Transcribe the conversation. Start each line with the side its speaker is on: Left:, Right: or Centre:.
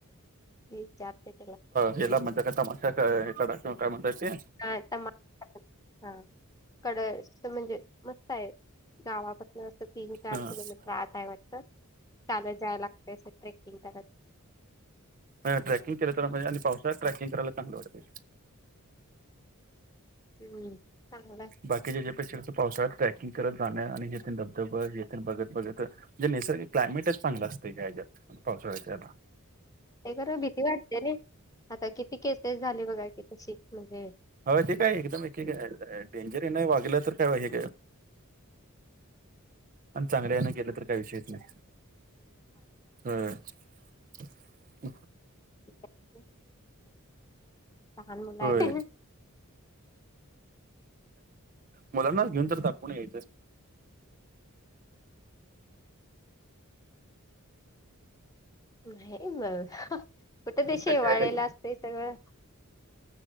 Left: मी विचारते तिला.
Right: हेला म्हणत्यात काय <unintelligible> किंवा काय म्हणताय ते
Left: हा, तमा हा, कड म्हणजे मस्त आहे गावापासून अस तीन चार
Right: हा
Left: किलोमीटर आत आहे वाटत, चालत जाय लागतय ट्रेकिंग करत.
Right: ट्रकंग केलं तर म्हणजे, आणि पावसाळ्यात ट्रकिंगरायला चांगलं वाटतय.
Left: हम्म! चांगलंय.
Right: बाकीच्या <unintelligible> पेक्षा पाऊस आहे ट्रॅकिंग करत जाणं, आणि येथ धबधब येथ बघत बघत म्हणजे नैसर्गिक क्लायमेटच चांगला असतय, या ह्या ह्याच्यात पावसाळ्याच
Left: ते खरं भीती वाटते नई, आता किती केसेस झाले बघा कि तशी म्हणजे
Right: हो, ते काय एकदम एक डेंजर हे नाही वागलं तर काय हे पण चांगल्या यान गेलं तर काही विषयच नाही, होय. <inaudible>
Left: <inaudible> लहान मुला
Right: होय
Left: आहे. <unintelligible>
Right: मुलांनाच घेऊन तर दाखवून यायचं.
Left: नाही, मग कुठ ते शेवाळेला
Right: का शाळेत
Left: असतय सगळं.